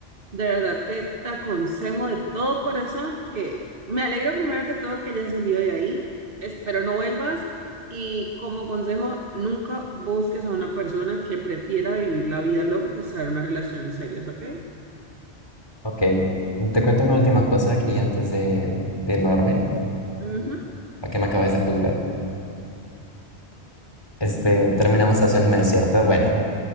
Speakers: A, on the right; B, on the left.
A: De verdad que te aconsejo de todo corazón que me alegro primero que todo que hayas salido de ahí, espero no vuelvas y como consejo nunca busques a una persona que prefiera vivir la vida loca que estar en una relación seria, ¿ok?
B: Ok, te cuento una última cosa aquí antes de, de irme a dormir,
A: Ujú.
B: para que me acabes de juzgar. Este, terminamos hace un mes, ¿cierto? Bueno,